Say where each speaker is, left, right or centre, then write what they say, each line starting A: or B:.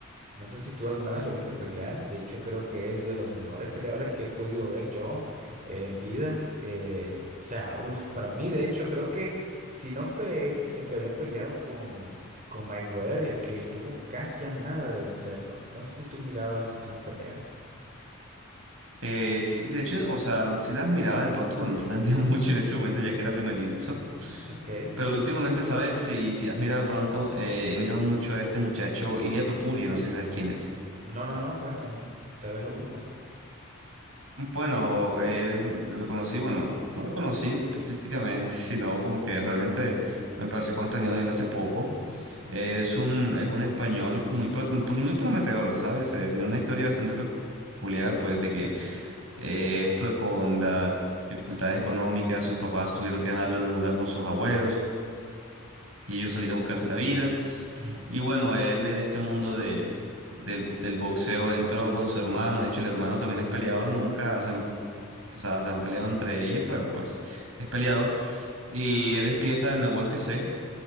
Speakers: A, on the right; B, on the right.
A: No sé si tú alguna vez lo viste pelear. De hecho, creo que es de los mejores peleadores que he podido ver yo eh, en vida. Eh, o sea, uf, para mí, de hecho, creo que si no fue él el que había peleado con, con Mayweather, el que estuvo casi a nada de vencerlo. No sé si tú mirabas esas peleas.
B: Eh, sí, de hecho, o sea, sí las miraba de pronto, pero no entendía <laughs> mucho en ese momento ya que era primerizo.
A: Ok.
B: Pero últimamente, ¿sabes? Si, si has mirado de pronto, eh, he mirado mucho a este muchacho, Ilia Topuria, no sé si sabes quién es.
A: No, no, no, cuéntame. Tal vez lo busco.
B: Bueno, eh, lo conocí, bueno, no lo conocí físicamente, <laughs> sino como que realmente me pareció contenido de él hace poco. Es un, es un español muy, pro- muy prometedor, ¿sabes? Eh, tiene una historia bastante peculiar, pues, de que eh, esto con las dificultades económicas, sus papás tuvieron que dejarlo en un lugar con sus abuelos y ellos salir a buscarse la vida.
A: Ujú,
B: Y bueno, él en este mundo de... Del, del boxeo entró con su hermano, de hecho el hermano también es peleador, nunca, se o sea, se han peleado entre ellos, pero pues es peleador. Y él empieza en la UFC,